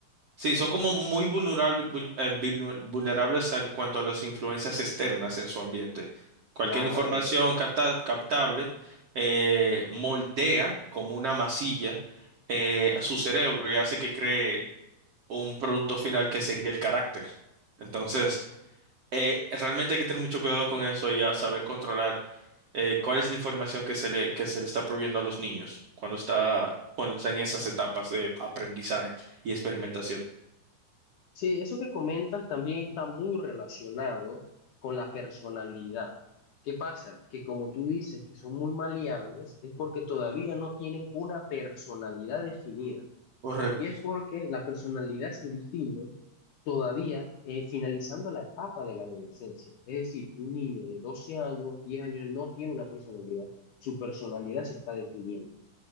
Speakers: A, on the right; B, on the left.
A: Sí, son como muy vulnerable- vul- eh, vulner- vulnerables en cuanto a las influencias externas en su ambiente. Cualquier
B: claro.
A: información capta- captable eh, moldea como una masilla eh, su cerebro y hace que cree un producto final que sería el carácter. Entonces, eh, realmente hay que tener mucho cuidado con eso y a saber controlar eh, cuál es la información que se le, que se le está proveyendo a los niños cuando está, cuando está en esas etapas de aprendizaje y experimentación.
B: Sí, eso que comentas también está muy relacionado con la personalidad. ¿Qué pasa? Que como tú dices que son muy maleables, es porque todavía no tienen una personalidad definida.
A: Correcto.
B: Y es porque la personalidad se define todavía eh, finalizando la etapa de la adolescencia. Es decir, un niño de 12 años, 10 años no tiene una personalidad. Su personalidad se está definiendo.